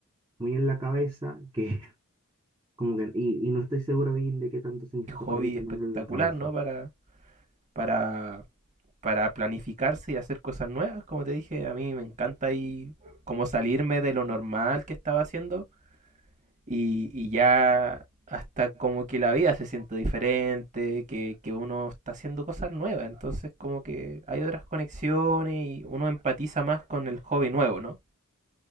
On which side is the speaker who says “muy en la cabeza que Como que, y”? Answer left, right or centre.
Right